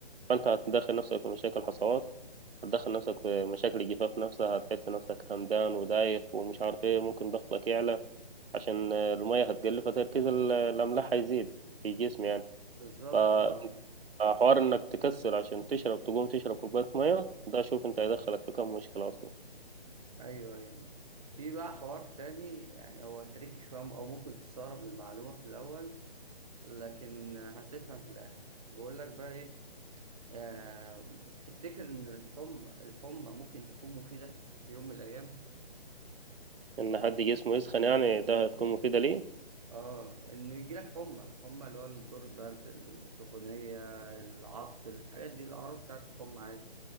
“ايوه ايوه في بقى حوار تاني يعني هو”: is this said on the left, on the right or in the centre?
Right